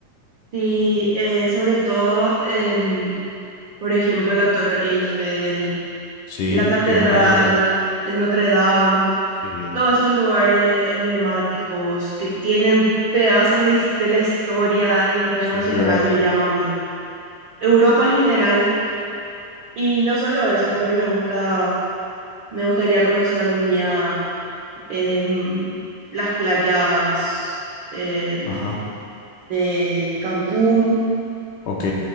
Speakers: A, on the right; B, on the left.
A: sí, eh, sobre todo, em, por ejemplo, la Torre Eiffel,
B: Sí,
A: la Catedral
B: que es una de las-
A: de Notre Dame.
B: Sí,
A: todos esos lugares emblemáticos que tienen pedazos de, his- de la historia internacional
B: sí, ¿verdad?
A: me llaman mucho. Europa en general. Y no solo eso, también me gusta, me gustaría conocer algún día em, las playas em,
B: Ajá,
A: de Cancún
B: ok.